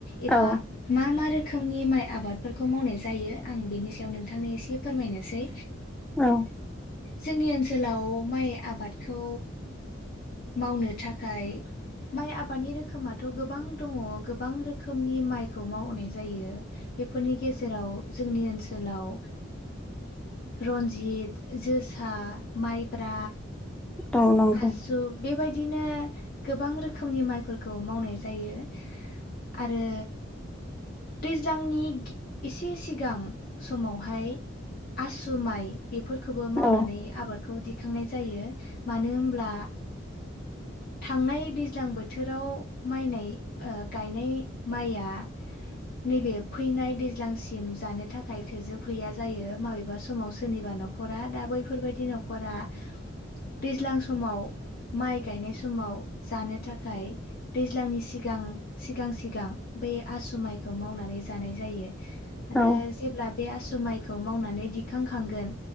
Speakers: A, on the left (about 45°); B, in the centre.
A: एबा
B: औ
A: मा मा रोखो रोखोमनि माइ आबादफोरखौ मावनाय जायो आं बेनि सायाव नोंथांनो एसे फोरमायनोसै।
B: औ
A: जोंनि ओनसोल सोलाव माइ आबादखौ मावनो थाखाय माइ आबादनि रोखोमाथ' गोबां दङ गोबां रोखोमनि माइखौ मावनाय जायो बेफोरनि गेजेराव जोंनि ओनसोलाव रनजित, जोसा, माइ ब्रा,
B: औ नंगौ
A: आसु बेबायदि बिदिनो गोबां रोखोमनि माइफोरखौ मावनाय जायो आरो दैज्लांनि एसे सिगां समावहाय आसु माइ बे फोरखौबो मावनानै
B: औ
A: आबाद खौ दि गायखांनाय जायो मानो होनब्ला थांनाय दैज्लां बोथोराव माइनाय गायनाय माइया नैबे फैनाय दैज्लांसिम जानो थाखाय थोजोबहैया जायो माबेबा समाव सोरनिबा न'खरा दा बैफोरबायदि न'खरा दैज्लां समाव माइ गायनाय समाव जानो थाखाय दैज्लांनि सिगां सिगां सिगां बे आसु माइखौ मावनानै जानाय जायो। आरो
B: औ
A: जेब्ला बे आसु माइ खौ मावनानै दिखां खांगोन